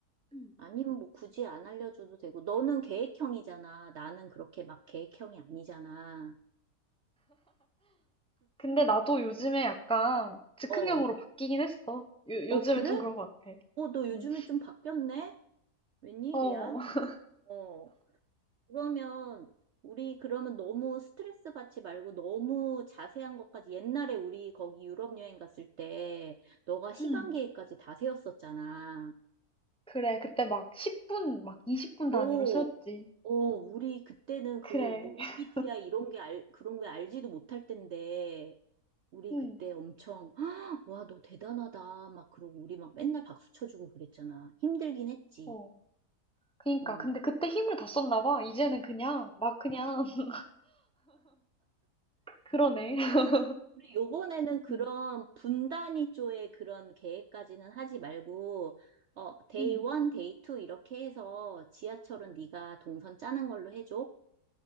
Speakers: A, in the centre; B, on the right.
A: 응.
B: 아니면 뭐 굳이 안 알려줘도 되고, 너는 계획형이잖아. 나는 그렇게 막 계획형이 아니잖아.
A: 근데 나도 요즘에 약간 즉흥형으로
B: 어,
A: 바뀌긴 했어. 요,
B: 어,
A: 요즘에
B: 그래?
A: 좀 그런 것 같아.
B: 어, 너 요즘에
A: 응.
B: 좀 바뀌었네? 웬일이야?
A: 어. <laughs>
B: 어. 그러면 우리 그러면 너무 스트레스 받지 말고 너무 자세한 것까지 옛날에 우리 거기 유럽 여행 갔을 때 너가 시간
A: 응.
B: 계획까지 다 세웠었잖아.
A: 그래. 그때 막 10분, 막 20분
B: 오,
A: 단위로 세웠지.
B: 어, 우리 그때는 그
A: 그래.
B: 뭐
A: <laughs>
B: MBTI 이런 게 알, 그런 게 알지도 못할 텐데 우리
A: 응.
B: 그때 엄청 "헉, 와, 너 대단하다 막 그러고 우리 막 맨날 박수 쳐주고 그랬잖아. 힘들긴 했지.
A: 어. 그니까.
B: 어.
A: 근데 그때 힘을 다 썼나 봐. 이제는 그냥, 막 그냥, <laughs> 그러네. <laughs>
B: 우리 요번에는 그런
A: 응.
B: 분단위 쪽의 그런 계획까지는 하지 말고, 어, 데이
A: 응.
B: 원, 데이 투 이렇게 해서 지하철은 네가 동선 짜는 걸로 해줘.